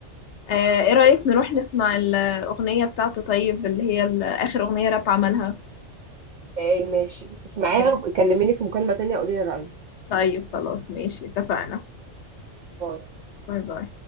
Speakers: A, on the left (about 70°); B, on the right (about 60°).
A: آه ايه رايك نروح نسمع الاغنيه بتاعته طيب اللي هي ال- اخر اغنيه راب عملها
B: ايه ماشي اسمعيها
A: ماشي.
B: وكلميني في مكالمه تانية قولي لي رايك
A: طيب خلاص ماشي اتفقنا
B: باي
A: باي باي